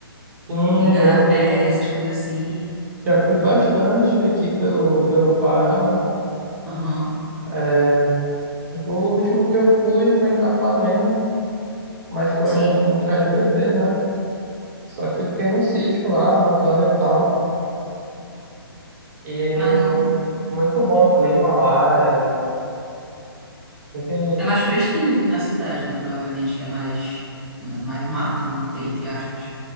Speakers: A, on the right (about 40°); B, in the centre.
A: Sim,
B: Igarapé,
A: eu já fui,
B: essas coisas assim.
A: já fui bastante aqui pelo, pelo Pará, né?
B: Aham,
A: É, O último que eu fui foi em Capanema, mas foi
B: sim.
A: um, um chá de bebê, né? Só que eu fiquei no sítio lá, bacana e tal. E
B: Mas não...
A: mu- muito bom o clima lá. É... não Tem,
B: é mais fresquinho do que na cidade, né? Provavelmente, que é mais, né, mais mato, né? Tem- Entre aspas.